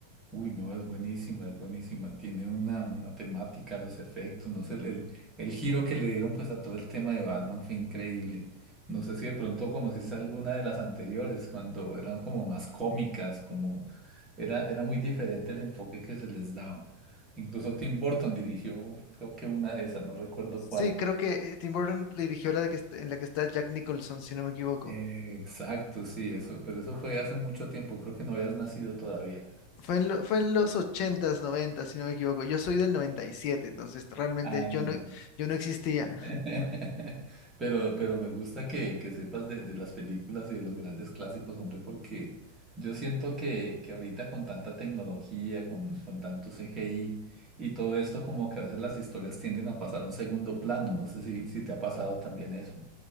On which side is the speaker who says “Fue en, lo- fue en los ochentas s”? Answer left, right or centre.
Left